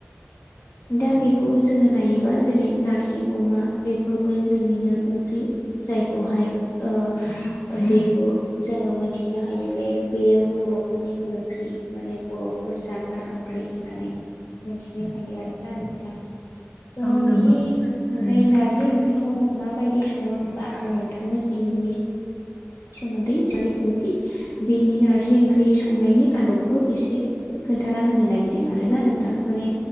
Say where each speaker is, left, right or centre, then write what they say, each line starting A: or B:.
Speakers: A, on the left; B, on the left.
A: <inaudible>
B: दा बेखौ जोङो नायोबा जेरै नारजि, अमा बेफोरबो जोंनिनो ओंख्रि। जायखौहाय ओ बेखौ जोङो मोनथिनो हायो। बे बेयो बर'फोरनि ओंख ख्रि माने बर'फोर जाग्रा ओंख्रि होननानै मोनथिनो हायो आरोना नोंथां। थ'
A: औ नंगौ
B: बिनि
A: थारैनो
B: अनगायै नारजि ओंख्रि खौ मा बायदि सङो होमबा? आं नोंथांनो बेनि सोमोन्दै सारि ओंख्रि बेनि नारजि ओंख्रि संनायनि आदबखौ एसे ओ खोन्थाना होनो नागिरदों आरो ना नोंथां। माने